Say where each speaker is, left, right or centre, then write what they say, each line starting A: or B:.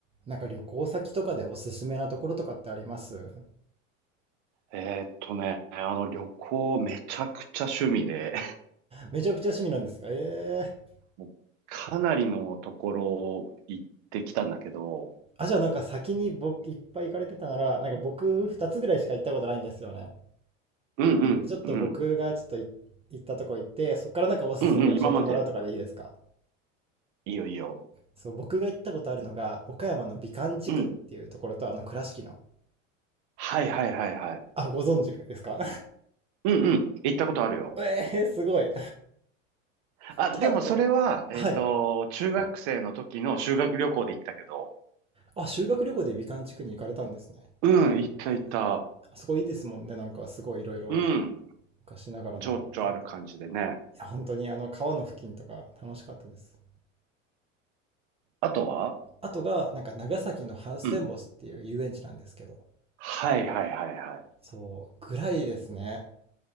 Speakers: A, on the right (about 15°); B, on the right (about 60°).
A: なんか旅行先とかでおすすめなところとかってあります
B: えーっとね、あの旅行めちゃくちゃ趣味で、
A: めちゃくちゃ趣味なんですかええー
B: もうかなりのところを行ってきたんだけど、
A: あ、じゃあなんか先に僕いっぱい行かれてたなら、なんか僕2つぐらいしか行ったことないんですよね。
B: うんうんうん、
A: なんでちょっと僕がちょっとい行ったとこ行って、そっからなんかおすすめ教えてもらうとかでいいですか
B: うんうん、今まで、いいよいいよ。
A: そう、僕が行ったことあるのが、岡山の美観地区っていうところと、
B: うん。
A: あの倉敷の。
B: はいはいはいはい。
A: あ、ご存知ですか
B: うんうん、行ったことあるよ。
A: <laughs> ええーすごい。
B: あ、
A: と、
B: でもそれは、
A: あと、
B: えーっと、
A: はい。
B: 中学生の時の修学旅行で行ったけど、
A: あ、修学旅行で美観地区に行かれたんですね。
B: うん、行った行った。
A: えーあそこいいですもんね。なんかすごいいろいろ。
B: うん、
A: 昔ながらのがあって。
B: 情緒ある感じでね。
A: いや、本当にあの川の付近とか楽しかったです。
B: あとは
A: あとが、なんか長崎のハウステンボスっていう遊園地なんですけど、
B: うん。はいはいはいはい。
A: そう、ぐらいですね。